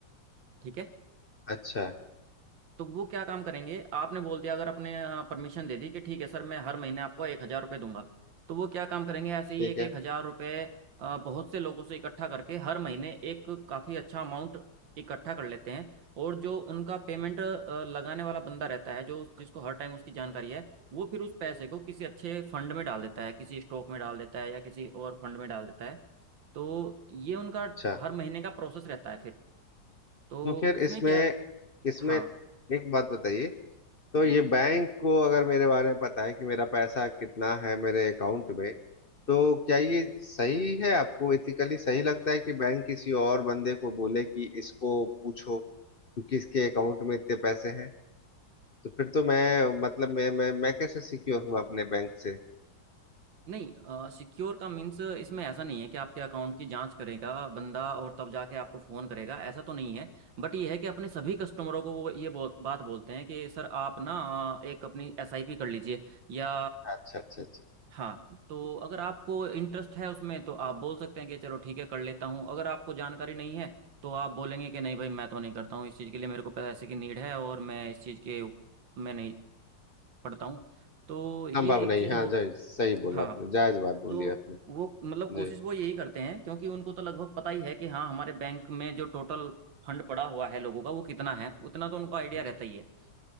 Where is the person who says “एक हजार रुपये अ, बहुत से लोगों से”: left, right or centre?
Right